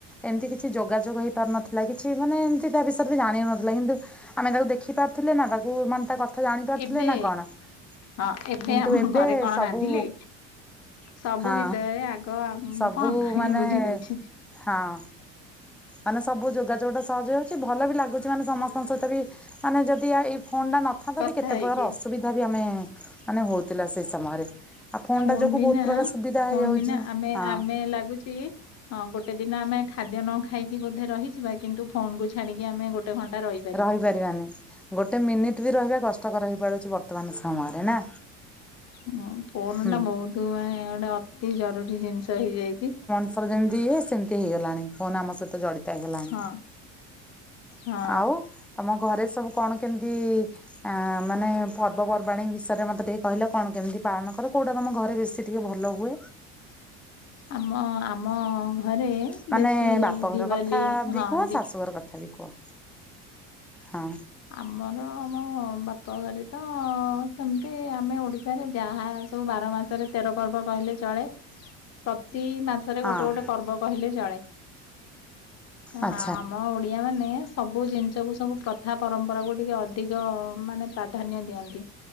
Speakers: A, in the centre; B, on the left (about 40°).
A: ଏମିତି କିଛି ଯୋଗାଯୋଗ ହେଇ ପାରୁନଥିଲା କିଛି ମାନେ ତା ବିଷୟରେ ବି ଜାଣି ହୋଉ ନଥିଲା କିନ୍ତୁ ଆମେ ତାକୁ ଦେଖି ପାରୁଥିଲେ ନା ତାକୁ ମାନେ ତା ତ ଜାଣି ପାରୁଥିଲେ
B: ଏବେ
A: ନା କଣ
B: ହଁ
A: କିନ୍ତୁ
B: ଏବେ ଆମ
A: ଏବେ
B: ଘରେ କଣ
A: ସବୁ
B: ରାନ୍ଧିଲେ ସବୁ
A: ହଁ
B: ବିଷୟରେ ଆଗ
A: ସବୁ
B: କଣ କରିକି
A: ମାନେ
B: ବୁଝି ଦଉଛି
A: ହଁ ମାନେ ସବୁ ଯୋଗାଯୋଗଟା ସହଜ ଅଛି ଭଲ ବି ଲାଗୁଛି ମାନେ ସମସ୍ତଙ୍କ ସହିତ ବି ମାନେ ଯଦି ଫୋନ୍ଟା ନଥାନ୍ତା
B: କଥା
A: ବି କେତେ
B: ହେଇକି।
A: ପ୍ରକାର ଅସୁବିଧା ବି ଆମେ ମାନେ ହଉଥିଲା ସେଇ ସମୟରେ ଆଉ ଫୋନ୍
B: ଫୋନ
A: ଟା ଯୋଗୁ
B: ବିନା
A: ବହୁତ ପ୍ରକାର ସୁବିଧା
B: ଫୋନ
A: ହେଇଯାଉଛି
B: ବିନା ଆମେ
A: ହଁ।
B: ଆମେ ଲାଗୁଛି ଗୋଟେ ଦିନ ଆମେ ଖାଦ୍ୟ ନ ଖାଇକି ବୋଧେ ରହିିବା କିନ୍ତୁ ଫୋନ କୁ ଛାଡିକି ଆମେ ଗୋଟେ ଗୋଟେ ଘଣ୍ଟା ରହି
A: ରହିପାରିବାନି ଗୋଟେ ମିନିଟ ବି ରହିବା କଷ୍ଟକର ରହିପାରୁଛି ବର୍ତ୍ତମାନ ସମୟରେ ନା?
B: ହ ଫୋନଟା
A: ହୁଁ।
B: ବହୁତ ମାନେ ଗୋଟେ ଅତି ଜରୁରୀ ଜିନିଷ ହେଇଯାଇଛି।
A: ସବୁ ଯେମିତି ଇଏ ସେମିତି ହେଇଗଲାଣି କୋହ ଆମ ସହିତ ଜଡିତ ଲାଣି
B: ହଁ ହଁ
A: ଆଉ ତମ ଘରେ ସବୁ କଣ କେମିତି? ଆ ମାନେ ପର୍ବପର୍ବାଣୀ ବିଷୟରେ ମତେ ଟିକେ କହିଲେ କଣ କେମିତି ପାଳନ କରରେ କୋଉଟା ତମ ଘରେ ବେଶୀ? ଟିକେ ଭଲ ହୁଏ।
B: ଆମ ଆମ ଘରେ
A: ମାନେ
B: ବେଶୀ
A: ବାପଘର
B: ଦିିବାଲି
A: କଥା ବି
B: ହଁ
A: କୁହ
B: ଦି
A: ଶାଶୁଘର କଥା ବି କୁହ ହଁ।
B: ଆମର ଆମ ବାପଘର ତ ସେମିତି ଆମେ ଓଡ଼ିଶାରେ ଯାହା ସବୁ ବାରମାସ ତେର ପର୍ବ କହିଲେ ଚଳେ ପ୍ରତି ମାସ
A: ହଁ
B: ଗୋଟେ ଗୋଟେ ପର୍ବ କହିଲେ ଚଳେ ଆଁ
A: ଆଚ୍ଛା
B: ଆମ ଓଡିଆ ମାନେ ସବୁ ଜିନିଷକୁ ସବୁ ପ୍ର ଯ ପରମ୍ପରାକୁ ଟିକେ ଅଧିକ ମାନେ ପ୍ରାଧାନ୍ୟ ଦିଅନ୍ତି।